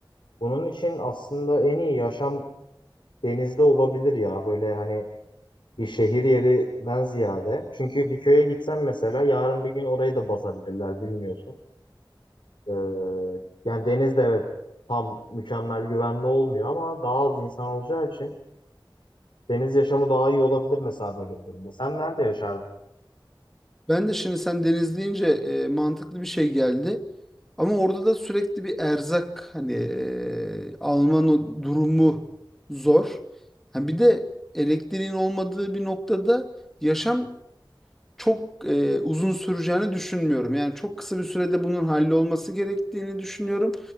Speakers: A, on the left; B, in the centre.
A: Bunun için aslında en iyi yaşam denizde olabilir ya. Böyle hani bir şehir yerinden ziyade. Çünkü bir köye gitsen mesela yarın bir gün orayı da basabilirler bilmiyorsun. Ee, yani deniz de evet tam mükemmel güvenli olmuyor ama daha az insan olacağı için deniz yaşamı daha iyi olabilir mesela böyle bir durumda. Sen nerede yaşardın?
B: Ben de şimdi sen deniz deyince e, mantıklı bir şey geldi. Ama orada da sürekli bir erzak hani e, alma no- durumu zor. Ha bir de elektriğin olmadığı bir noktada yaşam çok e, uzun süreceğini düşünmüyorum. Yani çok kısa bir sürede bunun hallolması gerektiğini düşünüyorum.